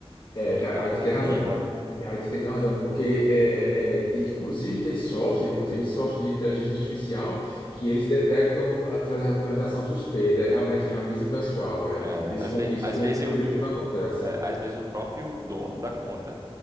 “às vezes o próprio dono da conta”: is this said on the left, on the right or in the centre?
Right